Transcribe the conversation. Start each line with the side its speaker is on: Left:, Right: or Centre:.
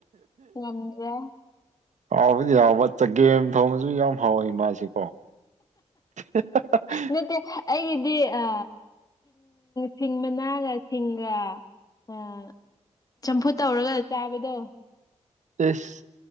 Left: ꯉꯝꯗ꯭ꯔꯦ
Right: ꯍꯥꯎꯕꯗꯤ ꯍꯥꯎꯕ ꯆꯒꯦꯝ ꯊꯣꯡꯕꯁꯨ ꯌꯥꯝ ꯍꯥꯎꯋꯦ ꯃꯥꯁꯤ ꯀꯣ <unintelligible>
Left: ꯅꯠꯇꯦ ꯑꯩꯒꯤꯗꯤ ꯑ ꯁꯤꯡ ꯃꯅꯥꯒ ꯁꯤꯡꯒ ꯑ ꯆꯝꯐꯨꯠ ꯇꯧꯔꯒ ꯆꯥꯕꯗꯣ
Right: ꯑꯦꯁ